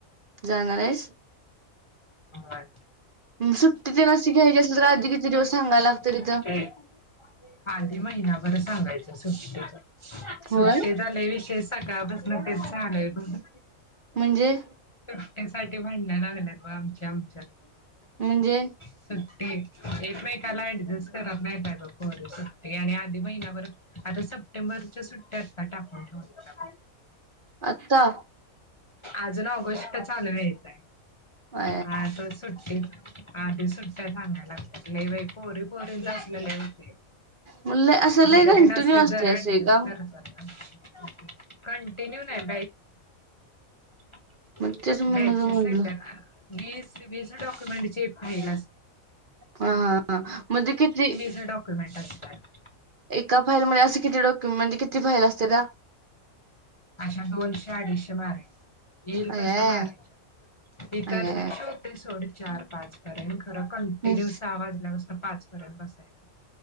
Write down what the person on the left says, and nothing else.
होय.
<unintelligible> आधी महिनाभर सांगायच सुट्टीच, सुट्टीचा
लय विषय सकाळपासनं तेच चालु आहे बग.
त्यासाठी भांडण लागल्यात बग आमच्या आमच्यात.
सुट्टी एकमेकाला ऍडजस्ट करत नाही अगं पोरी सुट्टी आणि आधी महिनाभर आता सप्टेंबरच्या सुट्टया आत्ता टाकून ठेवल्यात अगं.
अजून ऑगस्ट चालू व्हायचा,
हा आता सुट्टीत. आधी सुट्टया सांगाय लागत्यात लय बाई पोरी पोरींच असल लय हुतयं.
मुलं
तेन असली
जरा
ऍडजस्ट
करतात ना. कंटिन्यू नाही <inaudible>
बॅचेस
आहेत का वीस सी बी सी डॉक्युमेंट ची फाईल,
हे डॉक्युमेंट. असतात
अशा दोनशे अडीचशे मारायच्या. येईल
तशा मारायच्या, इतर
दिवशी होतील सोड चार पाच पर्यंत. खर कंटिन्यु
सहा वाजल्यापासन पाच पर्यंत बसायचं.